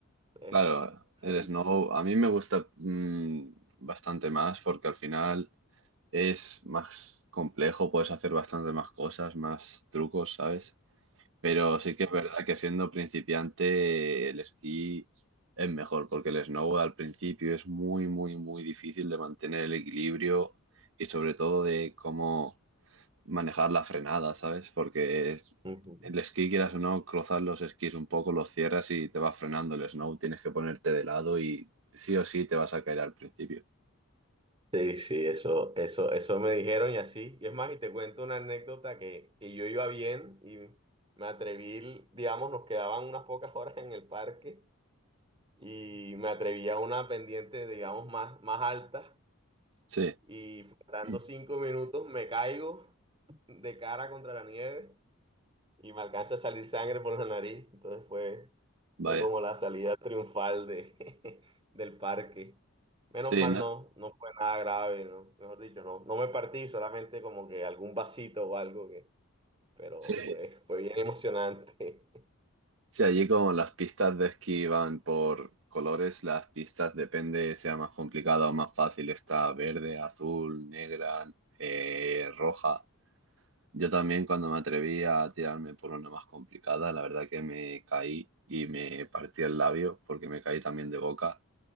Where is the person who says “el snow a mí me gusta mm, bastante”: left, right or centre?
Right